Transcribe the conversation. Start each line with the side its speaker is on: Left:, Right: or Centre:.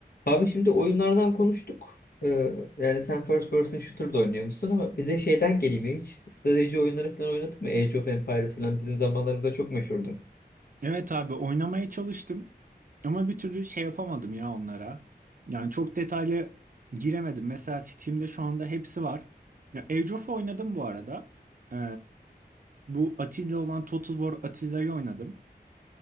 Left: Abi şimdi oyunlardan konuştuk. Ee, yani sen first person shooter da oynuyormuşsun ama bir de şeyden geleyim ya. Hiç strateji oyunları falan oynadın mı? Age of Empires falan bizim zamanlarımızda çok meşhurdu.
Right: Evet abi oynamaya çalıştım ama bir türlü şey yapamadım ya onlara. Yani çok detaylı giremedim. Mesela Steam'de şu anda hepsi var. Ya Age of oynadım bu arada. Ee, bu Atilla olan Total War Atilla'yı oynadım.